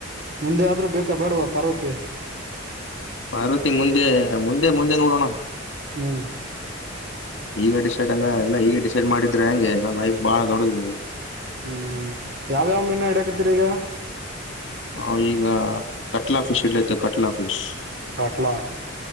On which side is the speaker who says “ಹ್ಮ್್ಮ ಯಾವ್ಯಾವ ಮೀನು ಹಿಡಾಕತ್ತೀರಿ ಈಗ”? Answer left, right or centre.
Right